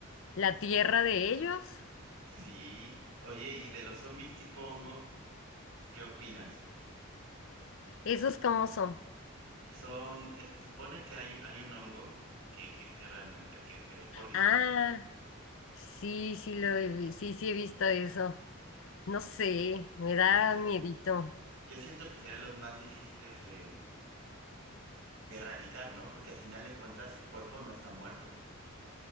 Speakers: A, on the left (about 65°); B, on the right (about 80°).
A: la tierra de ellos.
B: Sí. Oye, ¿y de los zombies tipo hongo, qué opinas?
A: ¿Esos cómo son?
B: Son, eh, se supone que hay, hay un hongo que existe realmente, que es el Cordyceps.
A: Ah, sí, sí, lo he vi- sí, sí he visto eso. No sé, me da
B: Yo, si-
A: miedito.
B: yo siento que serán los más difíciles de, de erradicar, ¿no? Porque al final de cuentas el cuerpo no está muerto.